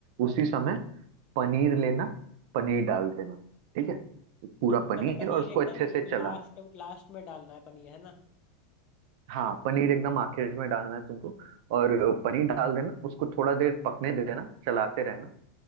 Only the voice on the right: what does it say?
उसी
समय पनीर लेना पनीर डाल देना ठीक है पूरा
पनीर
और उसको
अच्छे से चलाना
हाँ पनीर एकदम आखिर में डालना है तुमको और पनीर डाल देना उसको थोड़ा देर पकने देना चलाते रहना